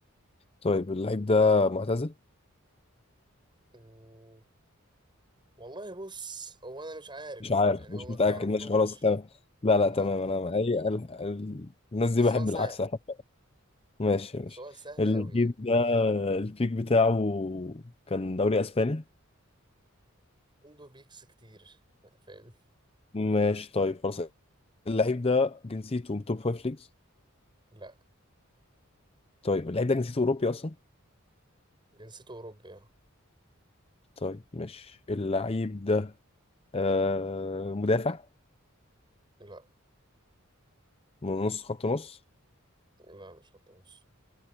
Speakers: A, on the left; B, on the right.
A: طيب اللعيب ده معتزل؟
B: مم، والله بص هو انا مش عارف
A: مش عارف
B: يعني هو
A: مش
B: ما
A: متأكد
B: تعرفلوش
A: ماشي خلاص تمام لا لا
B: <laughs>
A: تمام انا اي ال- ال- الناس
B: بس
A: دي بحب
B: هو سهل
A: العكس <laughs> ماشي ماشي
B: بس هو سهل
A: الجيل
B: أوي يعني
A: ده البيك بتاعه كان دوري اسباني
B: عنده بيكس كتير فاهمني
A: ماشي طيب خلاص اللعيب ده جنسيته من توب فايف ليجز
B: لا
A: طيب اللعيب ده جنسيته اوروبي اصلا
B: جنسيته أوروبي اه
A: طيب ماشي اللعيب ده آه مدافع
B: لا
A: من نص خط نص
B: لا مش خط نص